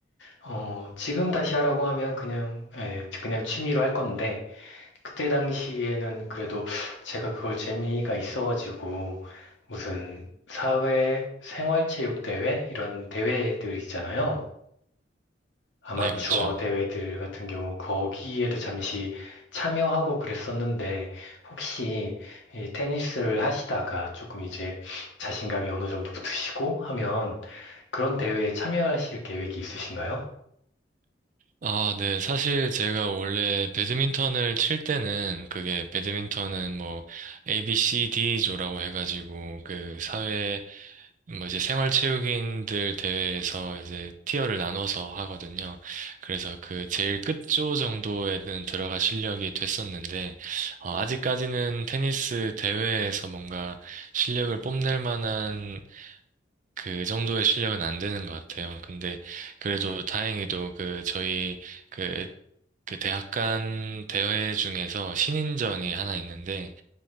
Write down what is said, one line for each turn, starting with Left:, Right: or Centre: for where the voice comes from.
Left: 어, 지금 다시 하라고 하면 그냥 예, 그냥 취미로 할 건데 그때 당시에는 그래도 제가 그걸 재미가 있어가지고 무슨 사회 생활체육 대회 이런 대회들 있잖아요. 아마추어
Right: 네, 그렇죠.
Left: 대회들 같은 경우 거기에도 잠시 참여하고 그랬었는데 혹시 이 테니스를 하시다가 조금 이제 자신감이 어느 정도 붙으시고 하면 그런 대회에 참여하실 계획이 있으신가요?
Right: 아, 네. 사실 제가 원래 배드민턴을 칠 때는 그게 배드민턴은 뭐 A, B, C, D조라고 해가지고 그 사회 뭐 이제 생활체육인들 대회에서 이제 티어를 나눠서 하거든요. 그래서 그 제일 끝조 정도에는 들어갈 실력이 됐었는데, 어, 아직까지는 테니스 대회에서 뭔가 실력을 뽐낼 만한 그 정도의 실력은 안 되는 것 같아요. 근데 그래도 다행히도 그 저희 그, 그 대학 간 대회 중에서 신인전이 하나 있는데